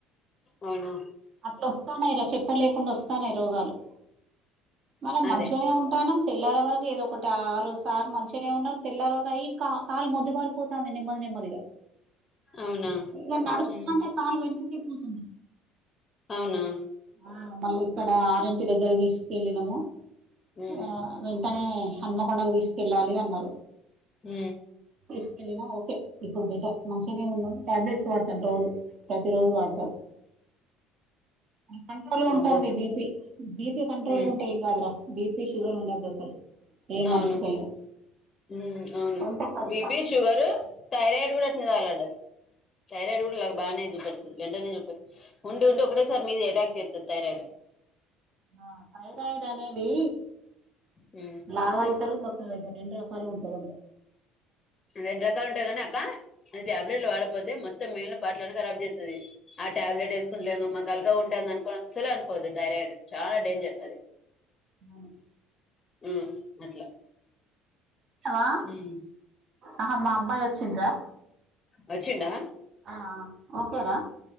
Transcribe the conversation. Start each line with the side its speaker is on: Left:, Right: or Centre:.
Left: అవునా
Right: అట్ల వస్తాన్నయ్ రా చెప్పలేకుండా వస్తానయ్ రోగాలు మనం
Left: అదే
Right: మంచిగనే ఉంటానం తెల్లారె వరకు ఏదో ఒకటి ఆరో సార్ మంచిగానే ఉన్నారు తెల్లార్వకై కా కాలు మొద్దు బారిపోతాంది నెమ్మది నెమ్మదిగా
Left: అవునా
Right: ఇంగ నడుస్తటే
Left: ఉమ్,
Right: కాలు వెనుకకే పోతుంది
Left: అవునా
Right: ఆ మళ్ళీ ఇక్కడ ఆర్ ఎం పి దగ్గర తీసుకెళ్ళినము
Left: ఉమ్,
Right: ఆ వెన్ కానీ హన్మకొండకు తీసుకెళ్ళాలి అన్నారు.
Left: ఊ
Right: తీసుకెళ్ళినా ఓకే ఇప్పుడు బెటర్ మంచిగనే ఉన్నాడు. టాబ్లెట్స్ వాడతాన్ రోజు. ప్రతిరోజు వాడతావ్ కంట్రోల్ గ ఉంటాంది
Left: అబ్బో
Right: బీపీ, బీపీ కంట్రోల్
Left: ఉమ్,
Right: గా ఉంటే ఏం కాదురా బీపీ, షుగర్ ఉండద్దు అసలు. ఏ
Left: అవును
Right: మనిషికైనా
Left: మ్ అవును.
Right: ఉంటే కష్టం
Left: బిపి షుగరూ, థైరాయిడ్ గూడా అట్నే తగలడ్డది. థైరాయిడ్ గూడ లాగ బాగనే చూపెడుతది వెంటనే చూపె ఉండి ఉండి ఒకటేసారి మీది అటాక్ చేత్తది థైరాయిడ్.
Right: ఆ థైరాయిడ్ అనేదీ,
Left: మ్
Right: లావు అయితరు, బక్కగ అయితారు రెండు రకాలుగ ఉంటదంట.
Left: రెండు రకాలు ఉంటాయి కాని అక్క, అది ట్యాబ్లెట్లు వాడకపోతే మొత్తం మిగిలిన పార్ట్లన్ని ఖరాబ్ చేత్తది. ఆ ట్యాబ్లెట్ వేసుకుంట్లేమా మాకు అలుకగా ఉంటాంది అనుకోని అస్సలు అనుకోవద్దు థైరాయిడ్. చాలా డేంజర్ అది.
Right: అవును
Left: మ్ అట్లా.
Right: ఆ
Left: ఉమ్
Right: ఆహా మా అబ్బాయి వచ్చింద్రా
Left: వచ్చిండా?
Right: ఆ ఓకేరా